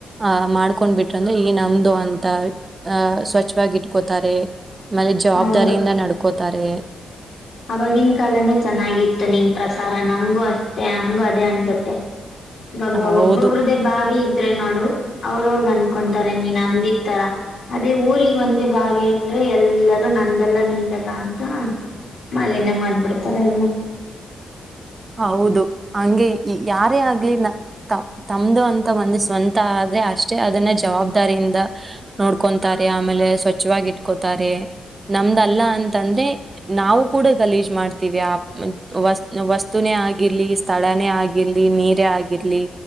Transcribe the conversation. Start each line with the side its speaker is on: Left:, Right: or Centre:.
Right: ಆ ಮಾಡ್ಕೊಂಡ್ ಬಿಟ್ರಂದ್ರೆ ಈ ನಾವ್ ಮುಂದು ಅಂತ ಅಹ ಸ್ವಚ್ಛವಾಗಿ ಇಟ್ಕೋತಾರೆ. ಆಮೇಲೆ ಜವಾಬ್ದಾರಿಯಿಂದ
Left: ಹೌದು
Right: ನಡ್ಕೋತಾರೆ
Left: ಅವಾಗಿನ ಕಾಲನೇ ಚೆನ್ನಾಗಿತ್ತು ನಿನ್ ಪ್ರ ಕಾರ ನಂಗು ಅಷ್ಟೆ ಹಂಗು ಅದೇ ಅನ್ಸತ್ತೆ. ಇವಾಗ
Right: ಹೌದು
Left: ಒಬ್ಬೊಬ್ರ್ದೇ ಬಾವಿ ಇದ್ರೆ ನೋಡು ಅವ್ರ ಅವ್ರ ಅಂದ್ಕೊಂತಾರೆ ನೀನ್ ಅಂದಿತ್ತರ ಅದೇ ಊರಿಗೆ ಒಂದೇ ಬಾವಿ ಅಂದ್ರೆ ಎಲ್ಲ ನಂದಲ್ಲ ನಿಮ್ದಲ್ಲ ಅಂತ ಮಾಲಿನ್ಯ ಮಾಡ್ಬಿಡ್ತಾರೆ ಎಲ್ಲ.
Right: ಹೌದು ಹಂಗೆ ಯಾರೇ ಆಗ್ಲಿ ತಮ್ದು ಅಂತ ಒಂದು ಸ್ವಂತ ಆದ್ರೆ ಅಷ್ಟೇ ಅದನ್ನ ಜವಾಬ್ದಾರಿಯಿಂದ ನೋಡ್ಕೊಂತಾರೆ ಆಮೇಲೆ ಸ್ವಚ್ಛವಾಗಿ ಇಟ್ಕೋತಾರೆ ನಮ್ದಲ್ಲ ಅಂತಂದ್ರೆ ನಾವು ಕೂಡ ಗಲೀಜ್ ಮಾಡ್ತೀವಿ ಆ ವಸ್ ವಸ್ ತುನೇ ಆಗಿರ್ಲಿ ಸ್ಥಳಾನೇ ಆಗಿರ್ಲಿ ನೀರೇ ಆಗಿರ್ಲಿ